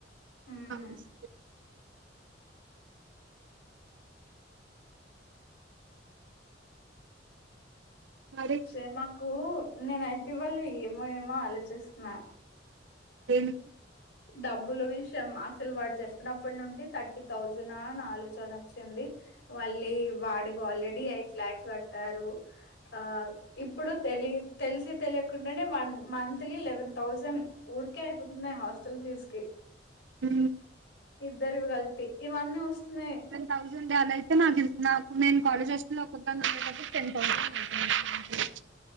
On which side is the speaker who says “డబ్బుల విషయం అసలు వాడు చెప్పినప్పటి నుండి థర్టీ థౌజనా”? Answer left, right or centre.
Left